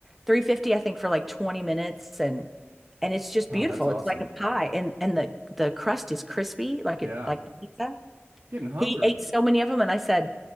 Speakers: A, in the centre; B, on the right.
A: 350, I think, for like 20 minutes and and it's just
B: Oh,
A: beautiful.
B: that's awesome.
A: It's like a pie and and the the crust is crispy like
B: Yeah.
A: it like pizza.
B: Getting hungry.
A: He ate so many of them, and I said,